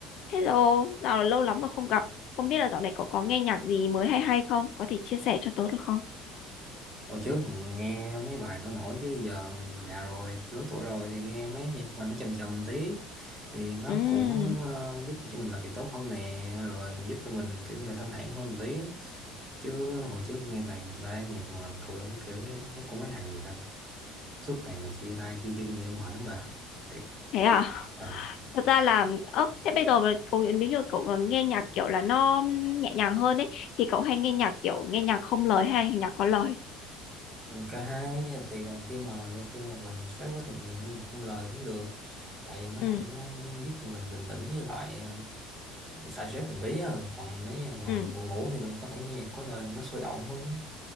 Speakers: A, on the left; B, on the right.
A: Hello, dạo lâu lắm mà không gặp. Không biết là dạo này cậu có nghe nhạc gì mới hay hay không? Có thể chia sẻ cho tớ được không?
B: Hồi trước mình nghe mấy bài nó nổi chứ giờ già rồi, lớn tuổi rồi thì nghe mấy nhạc mà nó trầm trầm tí thì nó
A: Ừm,
B: cũng ờ, giúp cho mình làm việc tốt hơn nè, rồi giúp cho mình kiểu như là thanh thản hơn một tí. Chứ hồi trước nghe toàn ba nhạc mà kiểu kiểu cái- nó cũng mấy thằng gì ta, suốt ngày mà chia tay chia chân gì đó mệt lắm bà. Thiệt.
A: thế à?
B: Ừ.
A: Thật ra là, ơ, thế bây giờ mà cậu, nếu như cậu còn nghe nhạc kiểu là nó nhẹ nhàng hơn ấy, thì cậu hay nghe nhạc kiểu nghe nhạc không lời hay nhạc có lời?
B: Cả hai thì khi mà đôi khi mà mình stress quá thì mình nghe nhạc không lời cũng được tại vì nó
A: Ừ,
B: cũng ờ, giúp cho mình bình tĩnh với lại ờ, xả stress một tí á còn nếu như mà
A: ừ.
B: mình buồn ngủ thì mình có thể nghe nhạc có lời mà nó sôi động hơn